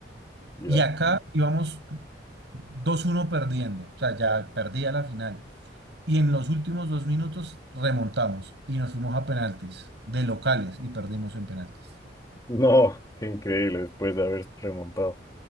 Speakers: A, on the left; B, on the right.
A: Ya.
B: Y acá íbamos dos uno perdiendo, o sea, ya perdía la final. Y en los últimos dos minutos remontamos y nos fuimos a penaltis de locales y perdimos en penaltis.
A: No, qué increíble después de haber remontado.